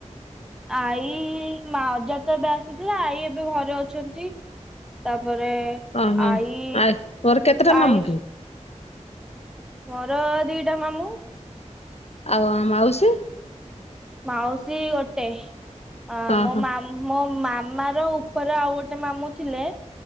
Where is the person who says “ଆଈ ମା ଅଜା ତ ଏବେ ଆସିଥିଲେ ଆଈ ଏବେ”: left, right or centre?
Centre